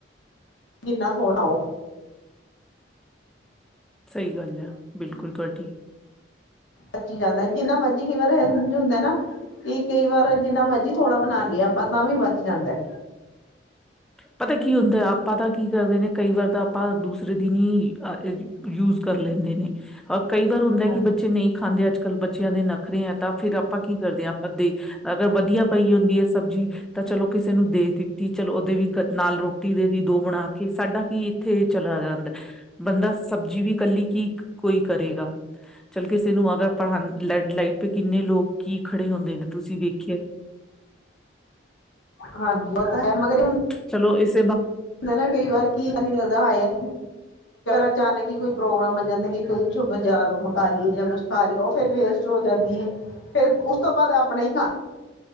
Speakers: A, on the left; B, in the centre.
A: ਕਿਨਾ ਥੋਣਾ ਉਹ
B: ਸਹੀ ਗੱਲ ਐ। ਬਿਲਕੁਲ ਤੁਹਾਡੀ।
A: ਬਚੀ ਜਾਂਦਾ ਜਿੰਨਾ ਮਰਜ਼ੀ ਕਈ ਵਾਰ ਏਂਜ ਹੁੰਦਾ ਨਾ ਕਿ, ਕਈ ਵਾਰ ਜਿੰਨਾ ਮਰਜ਼ੀ ਥੋੜਾ ਬਣਾ ਲਈਏ ਆਪਾਂ, ਤਾਂ ਵੀ ਬਚ ਜਾਂਦਾ।
B: ਪਤਾ ਕੀ ਹੁੰਦਾ? ਆਪਾਂ ਤਾਂ ਕੀ ਕਰਦੇ ਨੇ, ਕਈ ਵਾਰ ਤਾਂ ਆਪਾਂ ਦੂਸਰੇ ਦਿਨ ਹੀ ਯੂਜ਼ ਕਰ ਲੇਂਦੇ ਨੇ। ਅ, ਕਈ ਵਾਰ ਹੁੰਦਾ
A: ਹਾਂਜੀ
B: ਕਿ ਬੱਚੇ ਨਹੀਂ ਖਾਂਦੇ ਅੱਜ-ਕੱਲ੍ਹ। ਕੱਲ ਬੱਚ ਬੱਚਿਆ ਦੇ ਨਖਰੇ ਆ ਤਾਂ, ਫਿਰ ਆਪਾਂ ਕੀ ਕਰਦੇ ਆ ਆਪਦੇ ਅਗਰ ਵਧੀਆ ਪਈ ਹੁੰਦੀ ਹੈ ਸਬਜ਼ੀ, ਤਾਂ ਚਲੋ ਕਿਸੇ ਨੂੰ ਦੇ ਦਿੱਤੀ ਚਲੋ ਵੀ ਨਾਲ ਰੋਟੀ ਦੇਦੀ ਦੋ ਬਣਾਕੇ, ਸਾਡਾ ਕੀ ਇੱਥੇ ਚਲਾ ਜਾਂਦੈ, ਬੰਦਾ ਸਬਜ਼ੀ ਵੀ ਕੱਲੀ ਕੀ ਕੋਈ ਕਰੇਗਾ‌। ਚੱਲ ਕਿਸੇ ਨੂੰ ਅਗਰ ਆਪ ਹਨ ਲੈਡ ਲਾਈਟ <inaudible> ਕਿੰਨੇ ਲੋਕ ਕੀ ਖੜੇ ਹੁੰਦੇ ਨੇ, ਤੁਸੀਂ ਵੇਖਿਆ
A: ਹਾਂਜੀ ਉਹ ਤਾਂ, ਹੈ ਮਗਰ ਹੁਣ
B: ਚੱਲੋ, ਇਸ
A: ਨਾ ਕਈ ਵਾਰ ਕੀ ਲਾਦਾ ਆਇਆ ਅਚਾਨਕ ਹੀ ਕੋਈ ਪ੍ਰੋਗਰਾਮ ਬਣ ਜਾਂਦਾ ਕਿ, ਕੁ'ਚੁੱਪ ਬਜਾਰੋ ਮੰਗਾ ਲਈਏ ਜਾਂ, ਕੁਛ ਖਾ ਲਈਏ ਉਹ ਫਿਰ ਵੇਸਟ ਹੋ ਜਾਂਦੀ ਹੈ, ਇਸ ਫਿਰ ਉਸ ਤੋਂ ਬਾਅਦ ਆਪਣਾ ਹੀ ਖਾਣਾ ਹੁੰਦਾ!